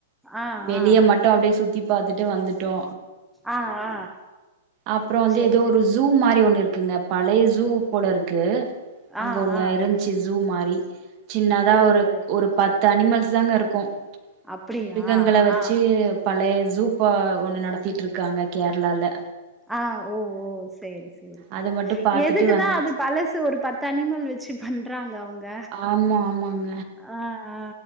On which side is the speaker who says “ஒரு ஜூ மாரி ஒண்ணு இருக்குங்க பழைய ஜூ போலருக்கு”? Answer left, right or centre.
Right